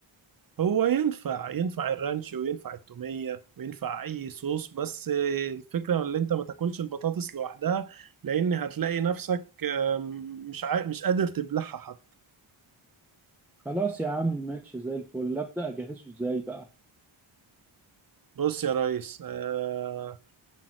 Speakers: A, on the right; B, in the centre.
A: هو ينفع ينفع الرانش وينفع التومية وينفع اي صوص بس الفكرة ان انت ما تاكلش البطاطس لوحدها لان هتلاقي نفسك آم، مش عا... مش قادر تبلعها حتى
B: خلاص يا عم ماشي زي الفل ابدا اجهزه ازاي بقى
A: بص يا ريس آه،